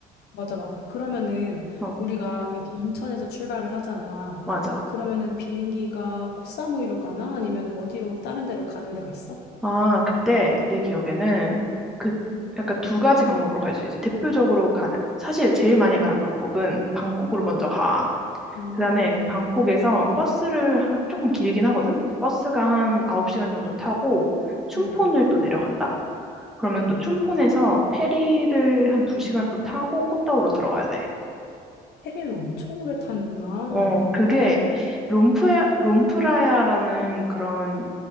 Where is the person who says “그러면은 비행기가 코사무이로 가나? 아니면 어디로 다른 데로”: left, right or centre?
Left